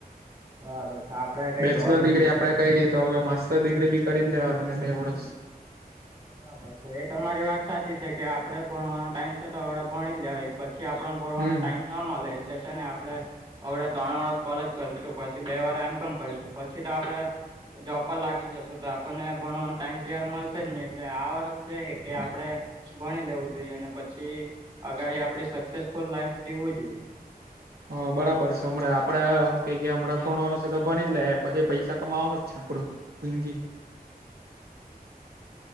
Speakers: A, on the right; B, on the right.
A: બરાબર છે આપણે કંઈ
B: બેચલર
A: ગવર્મેન્ટ
B: ડિગ્રી આપડે. કયરી તો હવે માસ્ટર ડિગ્રી બી કરી જ લેવાય ને બે વર્ષ.
A: બરાબર છે. એ તમારી વાત સાચી છે કે આપડે ભણવાનો ટાઈમ છે તો આપડે ભણી જ લેવાય. પછી આપણે ભાણવાનો
B: હમ
A: ટાઈમ ના મળે એટલે છે ને આપડે. હવે ત્રણ વર્ષ કોલેજ કરીશું પછી બે વર્ષ એમ કોમ કરીશું પછી તો આપણેે.... જોબ પર લાગી જશું તો આપણને ભણવાનું ટાઈમ ઘેર મલશે જ ની એટલે આ વર્ષ છે કે આપડે ભણી લેવું જોઈએ અને પછી અગાડી આપડી સક્સેફુલ લાઈફ જીવવું જોઈએ.
B: હ, બરાબર છે હમણાં આપડે હું કેઈ કે હમણાં ભણવાનું છે તો ભણી જ લે પછી પૈસા કમાવાનું છે આપડું જીંગી